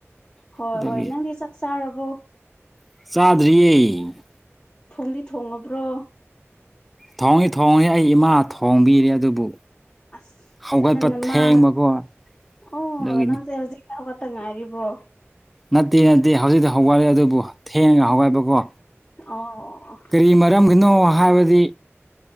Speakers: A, on the left (about 25°); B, in the centre.
A: ꯍꯣꯏ
B: ꯑꯗꯨꯒꯤ
A: ꯍꯣꯏ ꯅꯪꯗꯤ ꯆꯥꯛ ꯆꯥꯔꯕꯣ
B: ꯆꯥꯗ꯭ꯔꯤꯌꯦ
A: ꯊꯣꯡꯗꯤ ꯊꯣꯡꯉꯕ꯭ꯔꯣ
B: ꯊꯣꯡꯉꯤ ꯊꯣꯡꯉ ꯑꯩ ꯏꯃꯥ ꯊꯣꯡꯕꯤꯔꯦ ꯑꯗꯨꯕꯨ
A: ꯑꯁ
B: ꯍꯧꯒꯠꯄ
A: ꯅ
B: ꯊꯦꯡꯕꯀꯣ
A: ꯃꯥ ꯑꯣ
B: ꯑꯗꯨꯒꯤꯅꯤ
A: ꯅꯪꯁꯦ ꯍꯧꯖꯤꯛ ꯍꯧꯒꯠꯇ ꯉꯥꯏꯔꯤꯕ꯭ꯔꯣ
B: ꯅꯠꯇꯦ ꯅꯠꯇꯦ ꯍꯧꯖꯤꯛꯇꯤ ꯍꯧꯒꯠꯂꯦ ꯑꯗꯨꯕꯨ ꯊꯦꯡꯉꯒ ꯍꯧꯒꯠꯄꯀꯣ
A: ꯑꯣ
B: ꯀꯔꯤ ꯃꯔꯝꯒꯤꯅꯣ ꯍꯥꯏꯕꯗꯤ